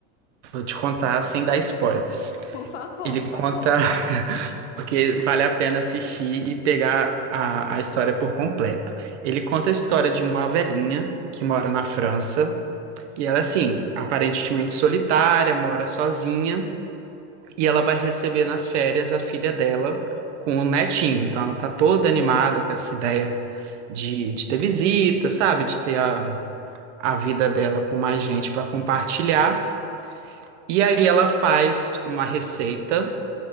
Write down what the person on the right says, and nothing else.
Vou te contar sem dar spoilers.
Ele
conta
<laughs> porque vale a pena assistir e pegar a, a história por completo. Ele conta a história de uma velhinha que mora na França e ela, assim, aparentemente solitária, mora sozinha e ela vai receber nas férias a filha dela com o netinho. Então ela tá toda animada com essa ideia de, de ter visita, sabe? De ter a a vida dela com mais gente para compartilhar. E aí ela faz uma receita